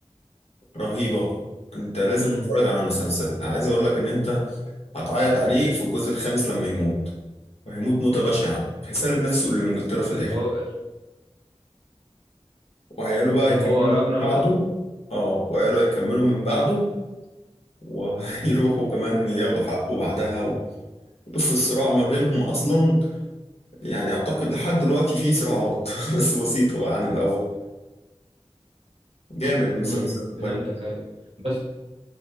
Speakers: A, on the left; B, on the right.
A: رهيبة انت لازم
B: امم
A: تتفرج على المسلسل عايز اقول لك ان انت هتعيط عليه في الجزء الخامس لما يموت وهيموت موتة بشعة هيسلم نفسه لإنجلترا في الآخر
B: اللي هو
A: وعياله بقى
B: اللي
A: هيكملوا
B: هو راجنر
A: من بعده
B: ده
A: اه وعياله هيكملوا من بعده <laughs> وهيروحوا كمان ياخدوا حقه بعدها بص الصراع ما بينهم أصلا يعني اعتقد لحد دلوقتي في صراعات <laughs> بس بسيطة بقى عن الاول جامد مسلسل
B: امم
A: البايت
B: فهمتك ايوه بس